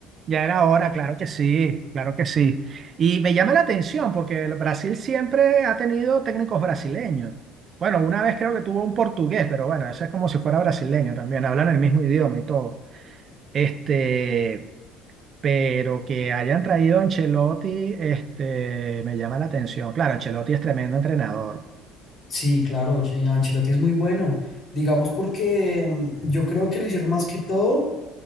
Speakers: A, on the right; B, on the left.
A: Ya era hora, claro que sí, claro que sí. Y me llama la atención porque el Brasil siempre ha tenido técnicos brasileños. Bueno, una vez creo que tuvo un portugués, pero bueno, eso es como si fuera brasileño también, hablan el mismo idioma y todo. Este. pero que hayan traído a Ancelotti, este, me llama la atención. Claro, Ancelotti es tremendo entrenador.
B: Sí, claro, Ch- Ancelotti es muy bueno, digamos porque mm, yo creo que lo hicieron más que todo